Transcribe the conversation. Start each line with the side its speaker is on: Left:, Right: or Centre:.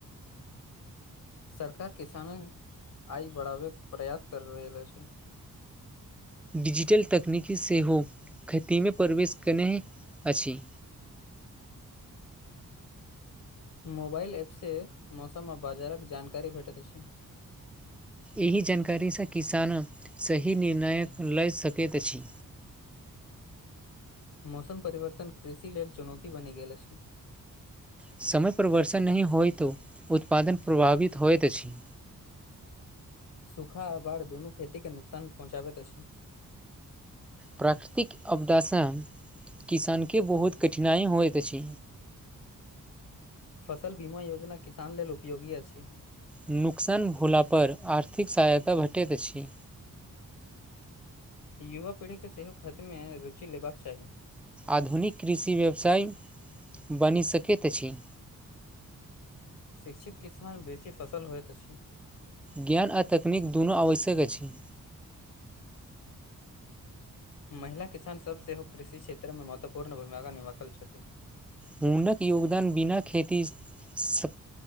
Left: सरकार किसानक आय बढ़ावेक प्रयास कर रहल अछि
Centre: डिजिटल तकनीकी सेहो खेतीमे प्रवेश कयने अछि
Left: मोबाइल ऐपसँ मौसम आ बाजारक जानकारी भेटैत अछि
Centre: एहि जानकारीसँ किसान सही निर्णय ल सकैत अछि
Left: मौसम परिवर्तन कृषि लेल चुनौती बनि गेल अछि
Centre: समय पर वर्षा नहि होय तो उत्पादन प्रभावित होइत अछि
Left: सूखा आ बाढ़ दुनू खेती के नुकसान पहुँचाबैत अछि
Centre: प्राकृतिक आपदासँ किसानके बहुत कठिनाइ होइत अछि
Left: फसल बीमा योजना किसान लेल उपयोगी अछि
Centre: नुकसान भोला पर आर्थिक सहायता भेटैत अछि।
Left: युवा पीढ़ीके सेहो खेतमे रुचि लेबाक चाही।
Centre: आधुनिक कृषि व्यवसाय बनि सकैत अछि
Left: शिक्षित किसान बेसी फसल होइत अछि
Centre: ज्ञान आ तकनीक दुनू आवश्यक अछि
Left: महिला किसानसभ सेहो कृषि क्षेत्रमे महत्वपूर्ण भूमिका निभाखल छथि
Centre: हुनक योगदान बिना खेती सँ